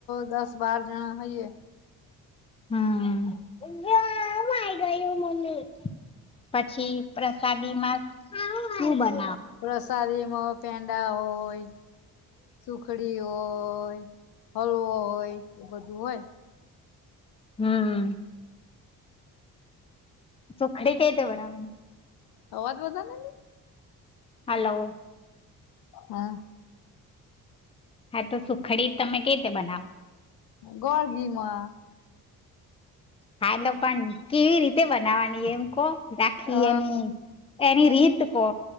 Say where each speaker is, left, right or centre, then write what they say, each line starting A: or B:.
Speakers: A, on the left; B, on the left.
A: દસ બાર જણા થઈએ
B: હા ગ ગ એું મને પછી પ્રસાદી માં શું બને
A: પ્રસાદી મો પેંડ તા હોય સુખડી હોય હળવ હોય એ બધું હોય
B: હમ સુખડી ક તે બનાવાની
A: અવાજ બધા ને
B: હલોો
A: હા
B: હા તો સુખડી તમે કેવી રીતે બનાવ
A: ગોળગીમાં
B: હા તો પણ કેવી રીતે બનાવાની એમ કો રાખી
A: અ
B: એની એની રીત કો